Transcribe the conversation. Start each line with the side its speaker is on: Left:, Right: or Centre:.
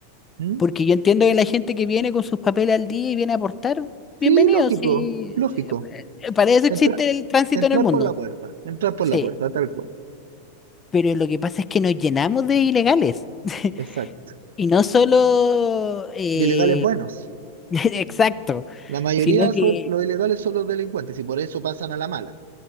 Right: ¿Mm?
Left: porque yo entiendo que la gente que viene con sus papeles al día y viene a aportar,
Right: Sí,
Left: bienvenidos
Right: lógico,
Left: sí,
Right: lógico.
Left: eh, para eso
Right: Entra-
Left: existe el tránsito
Right: entrar
Left: en el mundo,
Right: por la puerta, entrar por
Left: sí,
Right: la puerta, tal cual.
Left: pero lo que pasa es que nos llenamos de ilegales, <laughs>
Right: Exacto.
Left: y no solo, eh,
Right: De ilegales buenos.
Left: <laughs> exacto,
Right: La mayoría
Left: sino que,
Right: son los ilegales son los delincuentes y por eso pasan a la mala.